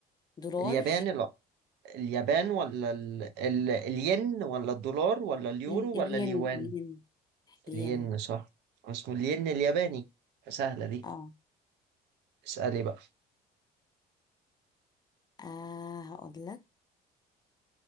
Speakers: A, on the left; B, on the right.
A: دولار
B: اليابان ال... اليابان ولا ال... ال... الين ولا الدولار ولا اليورو
A: ال-
B: ولا
A: الين
B: اليوان
A: الين الين
B: الين صح اسمه الين الياباني سهلة دي
A: اه,
B: اسألي بقى
A: آه هقول لك